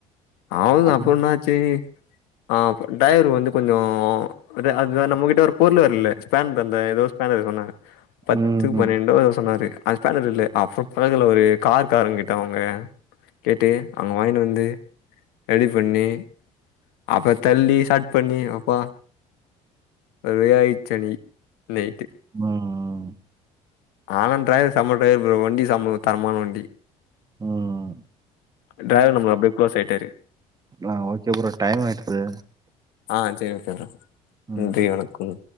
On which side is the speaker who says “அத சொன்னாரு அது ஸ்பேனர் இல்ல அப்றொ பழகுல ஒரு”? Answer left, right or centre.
Left